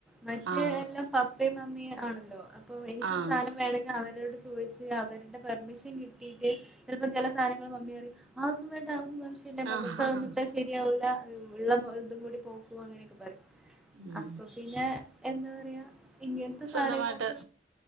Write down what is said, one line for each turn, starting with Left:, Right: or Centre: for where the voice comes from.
Centre: മറ്റേ
Right: ആഹ്
Centre: എല്ലാം പപ്പയും മമ്മയും ആണല്ലോ അപ്പ എനിക്കൊരു
Right: ആഹ്
Centre: സാധം വേണെിൽ അവ ചോച്ച് അവരുടെ പെർമിഷൻ കിട്ടിട്ട് ചപ്പം ചില സാധനങ്ങളും അമ്മിറി ആ ഒന്നും വേണ്ട ആ പക്ഷെ മുഖത്താവന്നിട്ട
Right: ആഹ്
Centre: ശരിയാവല വള്ളം എന്തും കൂടി പോക്കുവോ അങ്ങനെയൊക്കെ പറയും
Right: ഉം
Centre: അപ്പൊ പിന്നെ എന്നന്താ പറയാ ഇങ്ങനത്തെ
Right: സ്വന്തമായിട്ട്
Centre: സാധനങ്ങളൊക്കെ